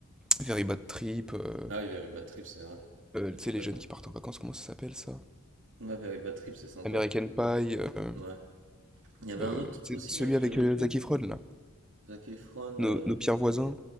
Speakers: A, in the centre; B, on the right.
A: Very Bad Trip, euh,
B: Ah oui, Very Bad Trip, c'est vrai.
A: euh,
B: Very
A: tu sais,
B: Bad,
A: les jeunes qui partent en vacances, comment ça s'appelle, ça?
B: ouais, Very Bad Trip, c'est sympa.
A: American Pie, euh,
B: Ouais. Il y avait
A: euh,
B: un autre
A: tu
B: aussi,
A: sais, celui
B: hein, que
A: avec
B: j'avais...
A: euh, Zac Efron, là.
B: Zac Efron,
A: Nos,
B: euh,
A: nos pires voisins,